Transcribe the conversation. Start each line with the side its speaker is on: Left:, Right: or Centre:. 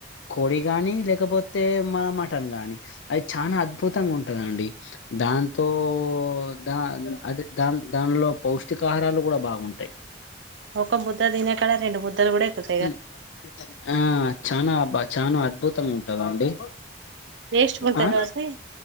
Left: కోడి గానీ లేకపోతే మన మటన్ గాని అది చానా అద్భుతం ఉంటందండి దాంతో దా అదే దాన్ దానిలో పౌష్టికాహారం దాన్లో కూడా బాగుంటాయి
Right: ఒక ముుద్ద తినే కాడ రెండు ముుద్దలు కూడా ఎక్కదు
Left: ఉ ఆ చానా బా చానా అద్భుతంగ ఉంటదండి
Right: టేస్ట్ ఉంటాయి
Left: ఆ
Right: కాబట్టి